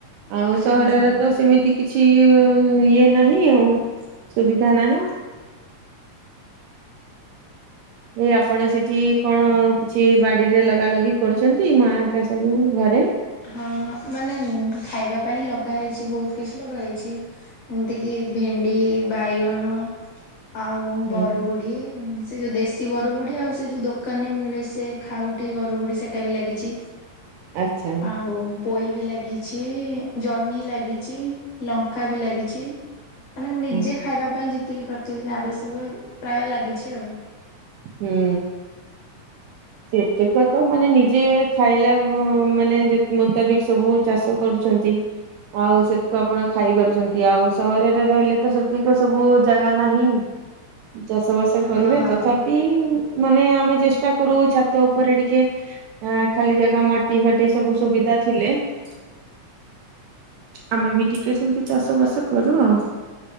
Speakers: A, on the right; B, on the left.
A: ଆଉ
B: ହଁ
A: ସହରରେ ତ ସେମିତି କିଛି ଇଏ ନାହିଁ ଆଉ ସୁବିଧା ନାହିଁ। ଏଇ ଆପଣ ସେଠି କଣ କିଛି ବାଡିରେ ଲଗା ଲଗି କରୁଚନ୍ତି ମା ଆା ସବୁ ଘରେ।
B: ହଁ ମାନେ ଖାଇବା ପାଇଁ ଲଗା ହେଇଚି ବହୁତ କିଛି ଲଗା ହେଉଚି। ଏମିତି କିି ଭେଣ୍ଡି, ବାଇଗଣ ଆଉ
A: ହୁଁ
B: ବରୁଗୁଡି। ସେ ଯେଉଁ ଦେଶୀ ବରବୁଡ଼ି ଆଉ ସେ ଯେଉଁ ଦୋକାନରେ ମିଳେ ସେ ଖାଉଟିି ବରବୁଡ଼ି ସେଇଟା ବି ଲାଗିଚି।
A: ଆଚ୍ଛା
B: ଆଉ ପୋଇ ବି ଲାଗିଚି, ଜହ୍ନି ଲାଗିଚି ଲଙ୍କା ବି ଲାଗିଚି। ମାନେ ନିଜେ
A: ହୁଁ
B: ଖାଇବା ପାଇଁ ଯେତିକି ପ୍ରତିଦିନ ଆବଶ୍ୟକ ପ୍ରାୟ ଲାଗିଚି ଆଉ।
A: ହୁଁ। ସେତକ ତ ମାନେ ନିଜେ ଖାଇଲା ମାନେ ମୁତାବିକ ସବୁ ଚାଷ କରୁଚନ୍ତି। ଆଉ ସେତିକ ଆପଣ ଖାଇପାରୁଚନ୍ତି। ଆଉ ସହରରେ ରହିଲେ ତ ସେତିକ ସବୁ ଜାଗା ନାହିଁ। ଚାଷ ବାସ
B: ହଁ।
A: କରିବେ ତଥା ପି ମାନେ ଆମେ ଚେଷ୍ଟା କରୁ ଛାତ ଉପରେ ଟିକେ ଆ ଖାଲି ଜାଗା ମାଟି ଫାଟି ସବୁ ସୁବିଧା ଥିଲେ- - ଆମେ ବି ଟିକେ ସେମିତି ଚାଷ ବାସ କରୁ ଆଉ।